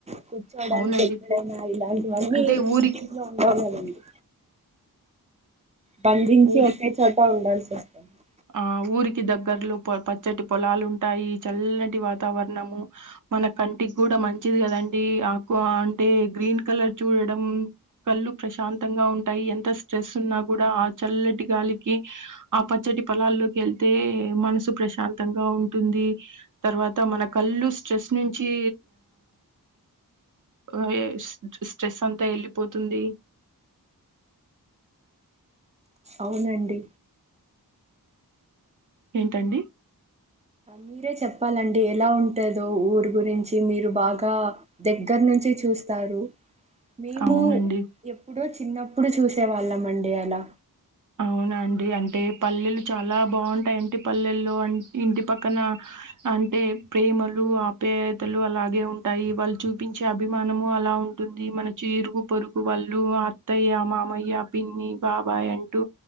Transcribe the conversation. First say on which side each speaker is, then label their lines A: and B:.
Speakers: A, on the right; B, on the right.
A: కూర్చోడానికి
B: అవునండి
A: ఎక్కడైనా ఇలాంటివన్నీ
B: అంటే ఊరికి
A: సిటీలో ఉండవ్ కదండి
B: <inaudible>
A: బంధించి
B: ఊరికి
A: ఒకచ్చే చోట ఉండాల్సి వస్తాంది
B: ఆ ఊరికి దగ్గర్లు పొ పచ్చటి పొలాలు ఉంటాయి చల్లటి వాతావరణము మన కంటికి కూడా మంచిది కదండి ఆకు అంటే గ్రీన్ కలర్ చూడడం కళ్ళు ప్రశాంతంగా ఉంటాయి ఎంత స్ట్రెస్ ఉన్నా కూడా ఆ చల్లటి గాలికి ఆ పచ్చటి పొలాల్లోకి వెళ్తే మనసు ప్రశాంతంగా ఉంటుంది తర్వాత మన కళ్ళు స్ట్రెస్ నుచి య్య స్ట్రెస్ అంతా వెళి పోతుంది
A: అవునండి
B: ఏంటండి
A: మీరే చెప్పాలండి ఎలా ఉంటందో ఊరు గురించి మీరు బాగా బాగా దగ్గర నుంచి చూస్తారు మేము
B: అవునండి
A: ఎప్పుడో చిన్నప్పుడు చూసే వాళ్ళం అండి అలా
B: అవు అవునా అండి అంటే పల్లెలు చాలా బాగుంటాయింటి పల్లెల్లో ఇంటి పక్కన అంటే ప్రేమలు ఆప్యాయతలు అలాగే ఉంటాయి వాళ్ళు చూపించే అభిమానము అలా ఉంటుంది మన చీరుగు పొరుగు వాళ్ళు అత్తయ్య మామయ్య పిన్ని బాబాయ్ అం టు